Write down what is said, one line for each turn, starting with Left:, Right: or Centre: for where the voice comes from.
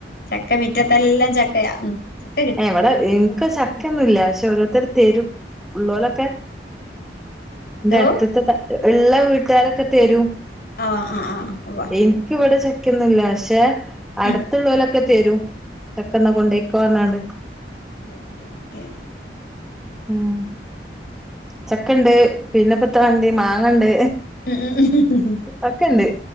Left: ചക്ക മിറ്റത്തെല്ലാ ചക്കയാ ഉം ചക്ക കിട്ടും
Centre: ഏയ് ഇവിടെ ഇൻക്ക് ചക്കയൊന്നുല്ല പക്ഷെ ഓരോരുത്തര് തരും ഉള്ളോലൊക്കെ
Left: എന്തോ
Centre: എൻ്റെ അടുത്ത്ത്തെ ഇള്ള വീട്ടുകാരൊക്കെ തരും
Left: ആഹ് ആഹ് വ
Centre: ഇൻക്ക് ഇവടെ ചക്കെന്നുല്ല പക്ഷെ അടുത്തുള്ളോലൊക്കെ
Left: ഉം
Centre: തെരും ചക്ക ന്നാ കൊണ്ടോയിക്കോ ക്കോർഞ്ഞാണ്ട്
Left: <inaudible>
Centre: ഉം ചക്കണ്ട് പിന്നെപ്പത്ത മാണ്ടിയെ മാങ്ങണ്ട്
Left: ഉം ഉം
Centre: ഒക്കെണ്ട്